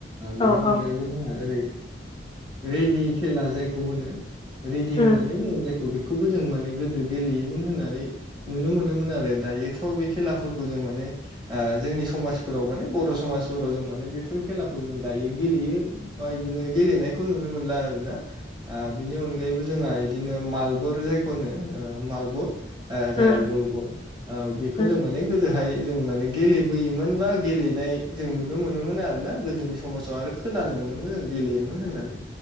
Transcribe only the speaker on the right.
बिनि
अनगायै
जोंहा ओरै रेदि खेला जायखौ होनो रेडि
होननानै बुङो जायखौ बेखौबो जों माने गोदो गेलेयोमोन होननानै। नुनो मोनोमोन आरो दायोथ' बे खेलाफोरखौ जों माने जोंनि समाजफोराव माने बर' समाजफोराव जों माने बेफोर खेलाखौ जों दायो। गेलेयो बा बिदिनो गेलेनायखौ नुनो मोनला आरो ना बिनि अनगायैबो जोंहा बिदिनो मालबुर जायखौनो मालबुर जाया
गले गले बेखौ
जों माने गोदोहाय जों माने। गेलेबोयोमोन बा गेलेनाय जों नुनो मोनोमोन आरोना गोदोनि समाजाव आरो। खोनानो मोनोमोन जों गेलेयोमोन होननानै